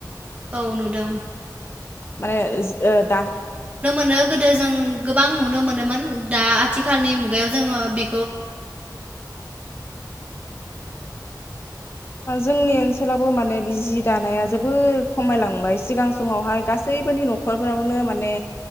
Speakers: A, on the right; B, on the left.
A: औ नुदों।
B: माने ओज ओ दा
A: नो गोदो जों गोबां नुनो मोनोमोन दा आथिखालनि मुगायाव जोङो बे
B: अ जोंनि ओनसोलावबो माने बि जि दानाया जोबोर खमायलांबाय सिगां समावहाय गासैबोनि न'खरफोरावनो माने